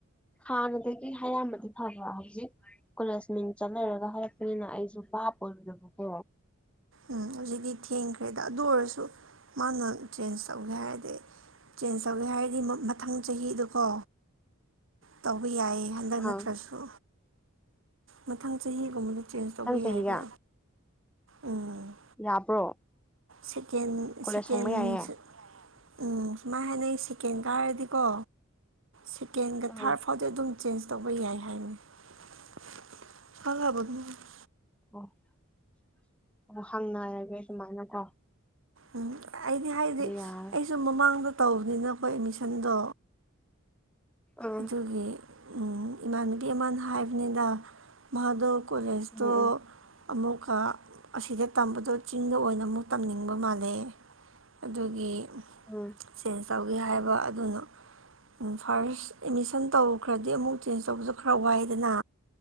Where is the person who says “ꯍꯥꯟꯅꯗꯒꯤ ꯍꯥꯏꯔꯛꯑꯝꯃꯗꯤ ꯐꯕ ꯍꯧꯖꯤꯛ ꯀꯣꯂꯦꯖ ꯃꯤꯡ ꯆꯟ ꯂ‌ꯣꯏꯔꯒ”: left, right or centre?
Centre